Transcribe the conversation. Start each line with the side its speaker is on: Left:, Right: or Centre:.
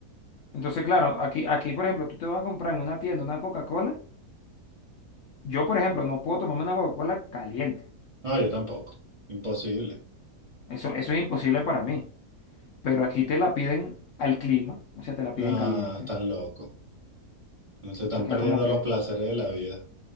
Left: Entonces, claro, aquí, aquí, por ejemplo, tú te vas a comprar en una tienda una Coca-Cola. Yo, por ejemplo, no puedo tomarme una Coca-Cola caliente.
Right: No, yo tampoco. Imposible.
Left: Eso, eso es imposible para mí. Pero aquí te la piden al clima, o sea, te la piden
Right: Ah,
Left: caliente.
Right: están locos. Se están
Left: Tú quedas
Right: perdiendo
Left: como que...
Right: los placeres de la vida.